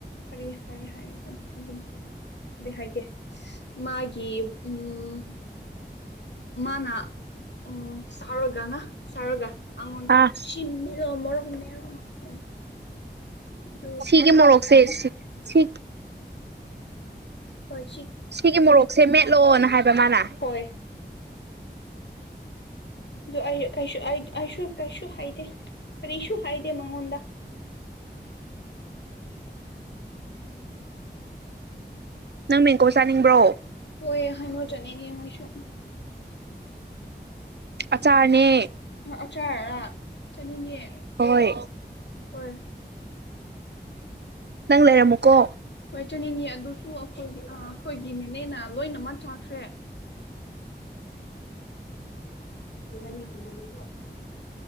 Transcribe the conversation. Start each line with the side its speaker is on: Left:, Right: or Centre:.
Left: ꯀꯔꯤ ꯍꯥꯏꯔꯦ ꯍꯥꯏꯔꯦ ꯍꯥꯏꯕ ꯑꯗꯨꯝ ꯑꯗꯨꯗ ꯍꯥꯏꯒꯦ ꯃꯥꯒꯤ ꯎꯝ ꯃꯥꯅꯥ ꯑꯣ ꯁꯥꯎꯔꯒꯅ ꯁꯥꯎꯔꯒ ꯑꯩꯉꯣꯟꯗ
Right: ꯑꯥ
Left: <unintelligible> ꯑꯗꯨ
Right: ꯁꯤꯒꯤ ꯃꯣꯔꯣꯛꯁꯦ ꯁꯤ
Left: ꯍꯣꯏ
Right: ꯁꯤꯒꯤ ꯃꯣꯔꯣꯛꯁꯦ ꯃꯦꯠꯂꯣꯅ ꯍꯥꯏꯕ ꯃꯥꯅ
Left: ꯍꯣꯏ ꯑꯗꯨ ꯑꯩꯁꯨ ꯀꯩꯁꯨ ꯍꯥꯏꯗꯦ ꯀꯔꯤꯁꯨ ꯍꯥꯏꯗꯦ ꯃꯉꯣꯟꯗ <unintelligible>
Right: ꯅꯪ ꯃꯦꯡꯀꯣ ꯆꯥꯅꯤꯡꯕ꯭ꯔꯣ
Left: ꯍꯣꯏꯑꯦ ꯍꯥꯏꯉꯣ ꯆꯠꯅꯤꯡꯅꯦ ꯍꯥꯏꯁꯨ
Right: ꯑꯆꯥꯅꯦ
Left: ꯑꯆꯥꯔꯔꯥ ꯆꯥꯅꯤꯡꯉꯦ
Right: ꯍꯣꯏ
Left: ꯍꯣꯏ
Right: ꯅꯪ ꯂꯩꯔꯝꯃꯣꯀꯣ
Left: ꯍꯣꯏ ꯆꯠꯅꯤꯡꯏ ꯑꯗꯨꯁꯨ ꯑꯩꯈꯣꯏꯒꯤ ꯑꯩꯈꯣꯏꯒꯤ ꯅꯤꯅꯦꯅ ꯂꯣꯏꯅꯃꯛ ꯆꯥꯛꯈ꯭ꯔꯦ <unintelligible>